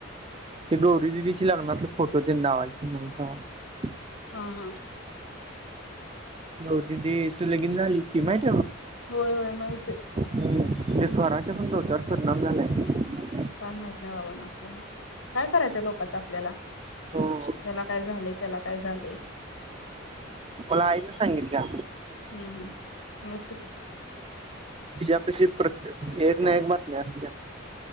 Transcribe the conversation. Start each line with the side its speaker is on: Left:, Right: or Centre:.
Right: ते गौरी दिदीच्या लग्नातल फोटो तेन लावायचं, <unintelligible> <unintelligible>
Left: हा हा
Right: गौरी दीदींच लगीन झाल की नीट,
Left: होय होय माहित
Right: <inaudible> त्या स्वराच्या पण डोक्यावर परिणाम झालाय
Left: काय माहित नाही बाबांना आपल्याला काय करायचय लोकाच आपल्याला
Right: हो
Left: ह्यला काय झालय त्याला काय झालय
Right: मला आईन सांगितल्या
Left: हम्म <inaudible>
Right: तीझ्या कशी प्रेत एक ना एक बातम्या असत्या